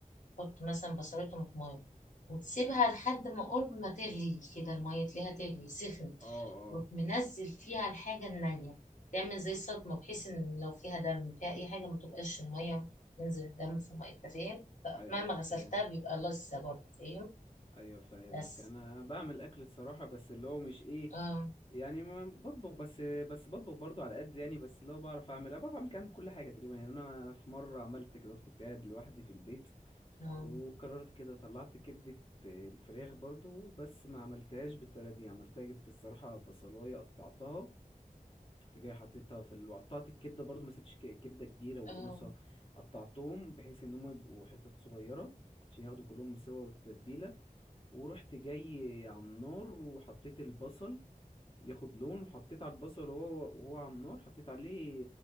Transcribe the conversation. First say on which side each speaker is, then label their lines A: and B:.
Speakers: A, on the left; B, on the left.
A: تحط مثلا بصلات وطماطم وتسيبها لحد ما قرب ما تغلي كده المية تلاقيها تغلي سخنت
B: اه اه
A: تروح منزل فيها الحاجة النانية تعمل زي صدمة بحيث ان لو فيها دم فيها اي حاجة ما تبقاش المية تنزل الدم في مية انت فاهم
B: ايوه
A: مهما
B: ايوه
A: غسلتها
B: فاهم
A: بيبقى لسه برضه فاهم
B: ايوه فاهمك
A: بس
B: انا بعمل اكل الصراحه بس اللي هو مش ايه
A: اه
B: يعني ما بطبخ بس بس بطبخ برضو على قد يعني بس اللي هو بعرف اعمل أنا بعرف اعمل كام كل حاجه تقريبا يعني انا في مره عملت كده كنت قاعد لوحدي في البيت
A: اه
B: وقررت كده طلعت كبده الفراخ برضو بس ما عملتهاش بالطريقه دي عملتها جبت الصراحه بصلايه قطعتها رحت جاي حطيتها في ال... وقطعت الكبده برضو ما سبتش ك- كبده كبيره والقنصه
A: اه
B: قطعتهم بحيث ان هم يبقوا حتت صغيره عشان ياخدوا كلهم سوا والتتبيله ورحت جاي على النار وحطيت البصل ياخد لون وحطيت على البصل وهو وهو على النار حطيت عليه